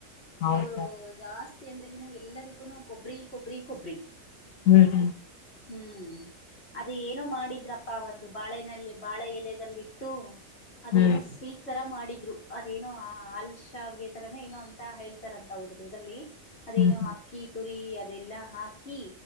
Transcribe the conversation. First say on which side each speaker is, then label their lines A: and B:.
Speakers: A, on the left (about 75°); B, on the left (about 50°).
A: ಹೌದಾ
B: ಅವರು ಜಾಸ್ತಿ ಅಂದ್ರಗ ನ ಎಲ್ಲದಕ್ಕೂನು ಕೊಬ್ಬ್ರಿ ಕೊಬ್ಬ್ರಿ ಕೊಬ್ಬ್ರಿ.
A: ಹ್ಮ್
B: ಹ್ಮ್ ಅದೇ ಏನೋ ಮಾಡಿದ್ರಪ್ಪ ಒಂದು ಬಾಳೆನಲ್ಲಿ ಬಾಳೆ ಎಲೆದಲ್ಲಿ ಟ್ಟು ಅದೇನೋ
A: ಹ್ಮ್
B: ಸ್ವೀಟ್ ತರ ಮಾಡಿದ್ರು ಅದೇನೋ ಹಲ್ ಶಾವಿಗೆ ತರಾನ ಏನೋ ಅಂತ ಹೇಳ್ತಾರಂತ ಹಡದ್ರದಲ್ಲಿ ಅದೇನೋ
A: ಹ್ಮ್ ಹ್ಮ್
B: ಅಕ್ಕಿ ತುರಿ ಅದೆಲ್ಲಾ ಹಾಕಿ